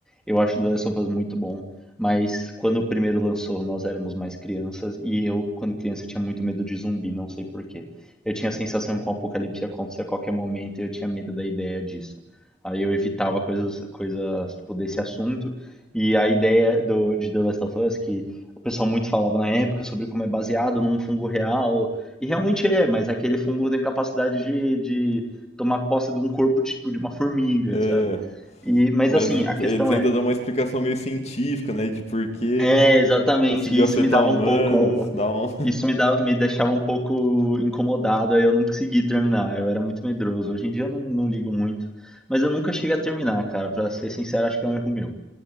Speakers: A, in the centre; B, on the left.
A: Eu acho The Last of Us muito bom. Mas quando o primeiro lançou, nós éramos mais crianças. E eu, quando criança, tinha muito medo de zumbi, não sei por quê. Eu tinha a sensação que o apocalipse ia acontecer a qualquer momento e eu tinha medo da ideia disso. Aí eu evitava coisas, coisas tipo, desse assunto. E a ideia do, de The Last of Us, que o pessoal muito falava na época sobre como é baseado num fungo real e realmente é, mas é aquele fungo tem capacidade de, de tomar posse de um corpo tipo de uma formiga,
B: É,
A: sabe? E, mas
B: Mas
A: assim, a questão
B: eles ainda
A: é,
B: dão uma explicação meio científica, né? De por que
A: é exatamente,
B: conseguiu
A: isso
B: afetar
A: me dava
B: humanos,
A: um pouco,
B: dá um...
A: isso me dava, me deixava um pouco incomodado, aí eu não consegui terminar, eu era muito medroso. Hoje em dia eu não, não ligo muito, mas eu nunca cheguei a terminar, cara, pra ser sincero, acho que é um erro meu.